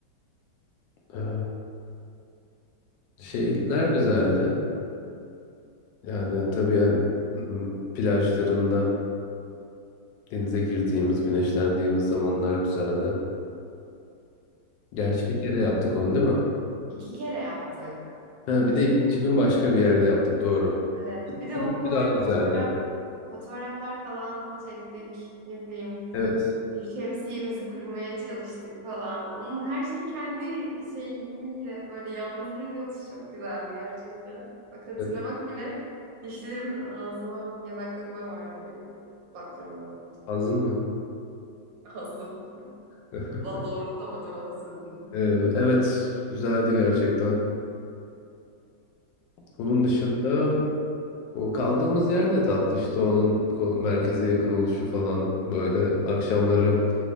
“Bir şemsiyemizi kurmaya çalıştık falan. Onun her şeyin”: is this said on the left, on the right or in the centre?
Right